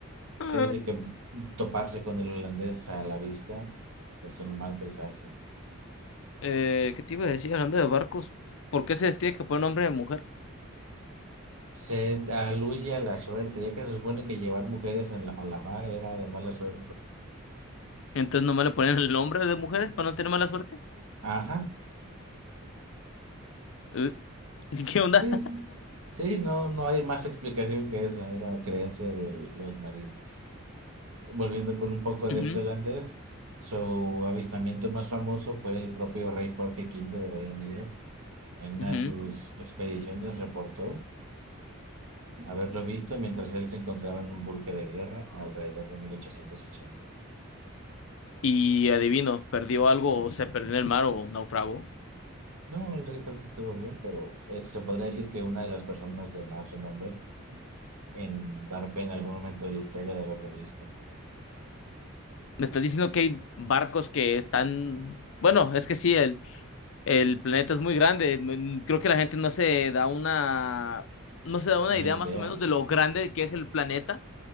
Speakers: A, on the left; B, on the right.
A: Ah,
B: Se dice que toparse con el holandés a la vista es un mal presagio.
A: eh, ¿qué te iba a decir? Hablando de barcos, ¿por qué se les tiene que poner nombre de mujer?
B: Se aluye a la suerte, ya que se supone que llevar mujeres en la- a la mar era de mala suerte.
A: Entonces nomás le ponen el nombre de mujeres para no tener mala suerte.
B: Ajá,
A: Eh, <laughs> ¿Qué onda?
B: sí, sí, sí, no, no hay más explicación que esa, era creencia de los marines. Volviendo con un poco
A: <laughs>
B: de este holandés, su avistamiento más famoso fue el propio rey Jorge V de Reino Unido. En una
A: Ujú.
B: de sus expediciones reportó haberlo visto mientras él se encontraba en un buque de guerra alrededor de 1880.
A: Y adivino, perdió algo o se perdió en el mar o naufragó.
B: No, el rey Jorge estuvo bien, pero es- se podría decir que una de las personas de más renombre en dar fe en algún momento de la historia de haberlo visto.
A: Me estás diciendo que hay barcos que están... Bueno, es que sí, el, el planeta es muy grande. Mm, Creo que la gente no se da una... no se da una
B: Una
A: idea
B: idea.
A: más o menos de lo grande que es el planeta